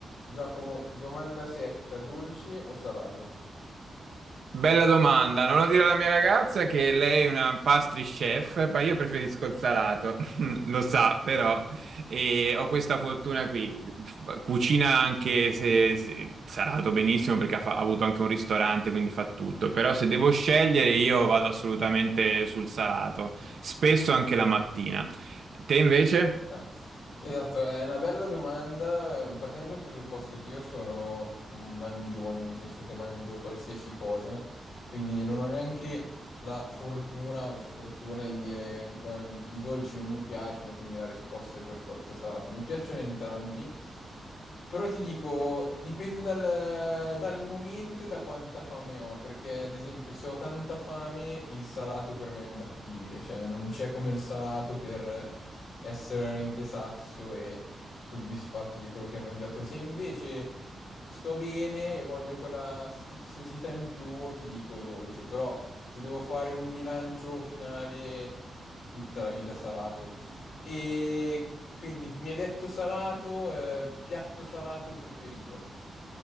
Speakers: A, on the left (about 70°); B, on the right (about 60°).
A: Giacomo, domanda secca, dolce o salato?
B: Bella domanda, non lo dire alla mia ragazza che lei è una pastry chef, ma io preferisco il salato, <laughs> lo sa però, e ho questa fortuna qui, F- cucina anche se, se- salato benissimo perché ha, fa- ha avuto anche un ristorante, quindi fa tutto, però se devo scegliere io vado assolutamente sul salato, spesso anche la mattina. Te invece?
A: Eh, Esatto, è una bella domanda, partendo dal presupposto che io sono un mangione, nel senso che mangio qualsiasi cosa, quindi non ho neanche la fortuna o sfortuna di dire "Beh, i dolci non mi piacciono, quindi la risposta è per forza salato. Mi piacciono entrambi, Però ti dico, dipende dal, dal momento e da quanta fame ho, perché ad esempio se ho tanta fame il salato per me è imbattibile, cioè non c'è come il salato per essere veramente sazio e soddisfatto di quello che hai mangiato. Se invece sto bene e voglio quella sfiziosità in più, ti dico dolce, però se devo fare un bilancio finale tutta la vita salato. E quindi mi hai detto salato, eh, piatto salato preferito.